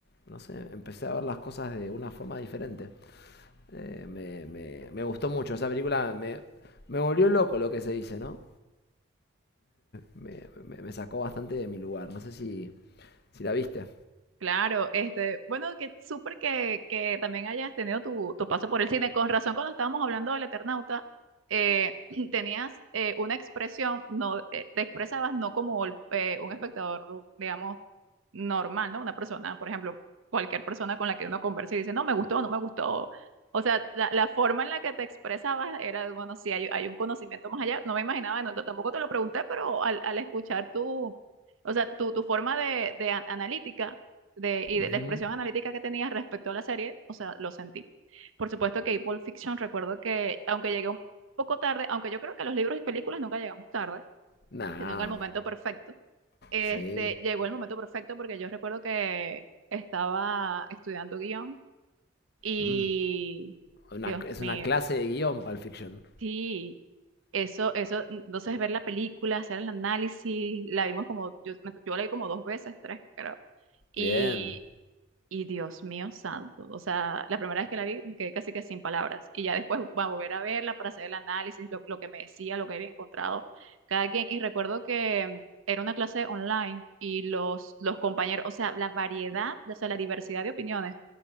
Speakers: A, on the left (about 55°); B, on the right (about 85°).
A: no sé, empecé a ver las cosas de una forma diferente. Eh, me, me- me gustó mucho, esa película me, me volvió loco lo que se dice, ¿no? Me, me- me sacó bastante de mi lugar, no sé si, si la viste.
B: Claro, este, bueno, que súper que, que también hayas tenido tu, tu paso por el cine. Con razón, cuando estábamos hablando del Eternauta, eh, <clears throat> tenías eh, una expresión, no, eh, te expresabas no como el- eh, un espectador, digamos, normal, ¿no? Una persona, por ejemplo, cualquier persona con la que uno conversa y dice, no, me gustó, no me gustó. O sea, la, la forma en la que te expresabas era, bueno, sí, hay, hay un conocimiento más allá. No me imaginaba, no, tampoco te lo pregunté, pero al, al escuchar tu, o sea, tu, tu forma de, de an- analítica de, y de
A: Ujú.
B: la expresión analítica que tenía respecto a la serie, o sea, lo sentí. Por supuesto que Pulp Fiction, recuerdo que, aunque llegué un poco tarde, aunque yo creo que a los libros y películas nunca llegamos tarde,
A: Nah,
B: sino que al momento perfecto, este,
A: sí.
B: llegó el momento perfecto porque yo recuerdo que estaba estudiando guión y,
A: Mm. Una-
B: Dios
A: es
B: mío,
A: una clase de guión, Pulp Fiction.
B: sí. Eso, eso, entonces ver la película, hacer el análisis, la vimos como, yo, yo la vi como dos veces, tres, creo. Y
A: Bien.
B: Y Dios mío santo, o sea, la primera vez que la vi me quedé casi que sin palabras y ya después va a volver a verla para hacer el análisis, lo, lo que me decía, lo que había encontrado cada quien. Y recuerdo que mm, era una clase online y los, los compañeros, o sea, la variedad, o sea, la diversidad de opiniones,